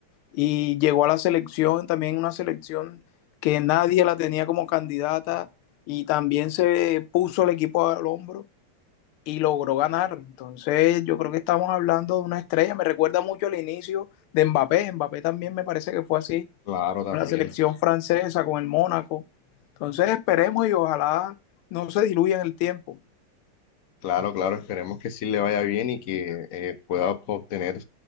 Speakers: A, on the left; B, on the left.
A: y llegó a la selección, también una selección que nadie la tenía como candidata y también se puso el equipo al hombro y logró ganar. Entonces yo creo que estamos hablando de una estrella, me recuerda mucho al inicio de Mbappé, Mbappé también me parece que fue así
B: Claro, también,
A: con la selección francesa, con el Mónaco. Entonces esperemos y ojalá no se diluya en el tiempo.
B: claro, claro, esperemos que sí le vaya bien y que eh, pueda obtener